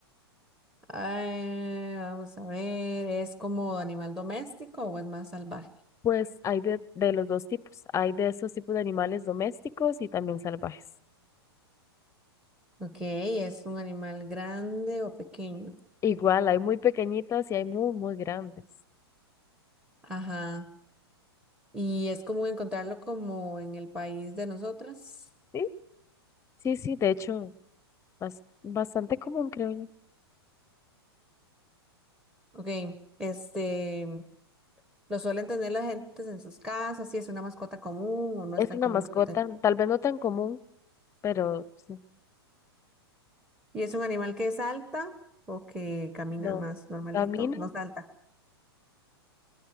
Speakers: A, in the centre; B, on the left (about 20°).
A: ay, vamos a ver, ¿es como animal doméstico o es más salvaje?
B: pues hay de, de los dos tipos. Hay de esos tipos de animales domésticos y también salvajes.
A: Ok, ¿es un animal grande o pequeño?
B: Igual, hay muy pequeñitas y hay muy, muy grandes.
A: Ajá, y es común encontrarlo como en el país de nosotras.
B: Sí, sí, sí, de hecho, bas- bastante común, creo yo.
A: Ok, este, ¿lo suelen tener las gentes en sus casas? Si es una mascota común o no
B: Es
A: es tan
B: una
A: común
B: mascota,
A: que lo tengan.
B: tal vez no tan común, pero sí,
A: ¿Y es un animal que salta o que camina
B: no.
A: más normalito?
B: Camina,
A: No salta.